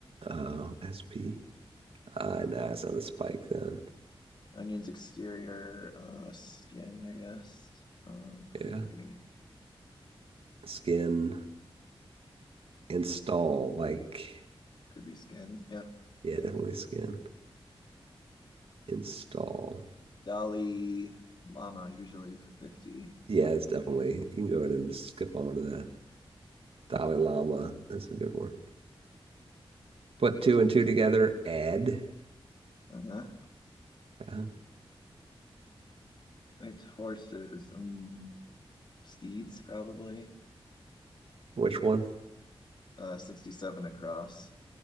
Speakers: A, on the right (about 75°); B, on the left (about 50°).
A: Uh, SP. Uh, nah, it's not a spike then.
B: Onion's exterior uh skin, I guess. Um 43
A: Yeah. Skin. Install. Like,
B: could be skin. Yep,
A: yeah,
B: skin.
A: definitely skin. Install.
B: Dolly llama usually for 50.
A: Yeah, it's definitely. You can go ahead and just skip on to that. Dalai Lama. That's a good one. Put two and two together. Add.
B: Uh-huh.
A: Uh,
B: It's horses, um steeds probably.
A: which one?
B: Uh 67 across.